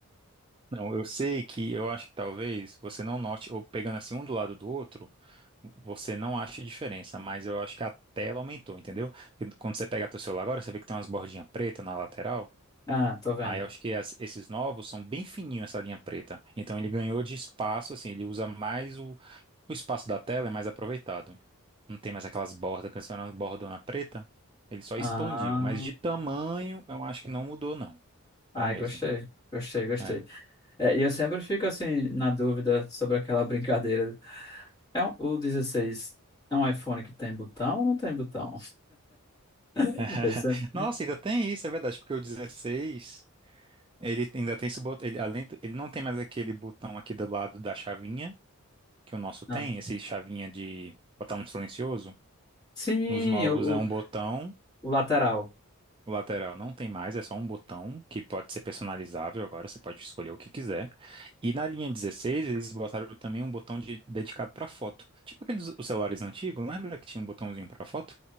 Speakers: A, on the right; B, on the left.
A: não, eu sei que eu acho que talvez você não note, ou pegando assim um do lado do outro, você não ache diferença, mas eu acho que a tela aumentou, entendeu? Porque quando você pega teu celular agora, você vê que tem umas bordinhas pretas na lateral.
B: Ah, tô vendo.
A: Aí eu acho que as- esses novos são bem fininhos essa linha preta. Então ele ganhou de espaço, assim, ele usa mais O espaço da tela é mais aproveitado. Não tem mais aquelas bordas, que antes era uma bordona preta. Ele só
B: Ah,
A: expandiu, mas de tamanho eu acho que não mudou, não.
B: ai,
A: É o mesmo.
B: gostei, gostei, gostei.
A: É.
B: É, e eu sempre fico assim na dúvida sobre aquela brincadeira. É um- o 16 é um iPhone que tem botão ou não tem botão? <laughs>
A: <laughs>
B: Eu sempre-
A: Nossa, ainda tem isso, é verdade, porque o 16 ele ainda tem esse botão, ele, além, do- ele não tem mais aquele botão aqui do lado da chavinha, que o nosso tem,
B: ah,
A: esse chavinha de botar no silencioso.
B: Sim,
A: Nos novos
B: o,
A: é um
B: o,
A: botão
B: o lateral.
A: O lateral não tem mais, é só um botão que pode ser personalizável agora, você pode escolher o que quiser. E na linha 16 eles botaram também um botão de- dedicado para foto. Tipo aqueles os celulares antigos, lembra que tinha um botãozinho para foto?